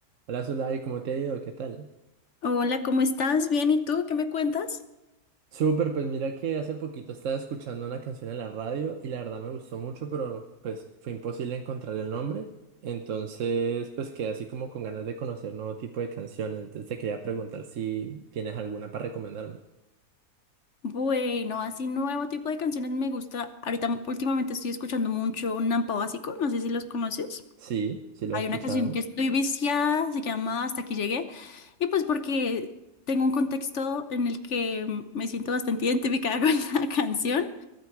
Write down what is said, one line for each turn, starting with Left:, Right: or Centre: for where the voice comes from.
Right: Hola Zulay, ¿cómo te ha ido? ¿Qué tal?
Left: Hola, ¿cómo estás? Bien, ¿y tú? ¿Qué me cuentas?
Right: Súper, pues mira que hace poquito estaba escuchando una canción en la radio y la verdad me gustó mucho, pero pues fue imposible encontrar el nombre. Entonces, pues quedé así como con ganas de conocer nuevo tipo de canciones. Entonces te quería preguntar si tienes alguna para recomendarme.
Left: Bueno, así nuevo tipo de canciones me gusta. Ahorita m- últimamente estoy escuchando mucho Nampa Básico, no sé si los conoces.
Right: Sí, sí lo
Left: Hay
Right: he escuchado.
Left: una canción que estoy viciada, se llama Hasta aquí llegué. Y pues porque tengo un contexto en el que mm, me siento bastante identificada <laughs> con la canción.